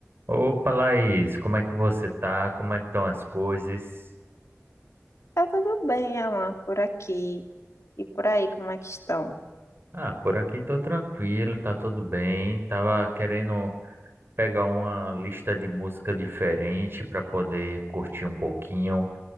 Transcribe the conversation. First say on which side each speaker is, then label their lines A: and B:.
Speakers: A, on the right (about 50°); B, on the left (about 70°).
A: Opa, Laís, como é que você tá? Como é que estão as coisas?
B: Tá tudo bem, Alan, por aqui e por aí, como é que estão?
A: Ah, por aqui tô tranquilo, tá tudo bem. Tava querendo pegar uma lista de música diferente para poder curtir um pouquinho,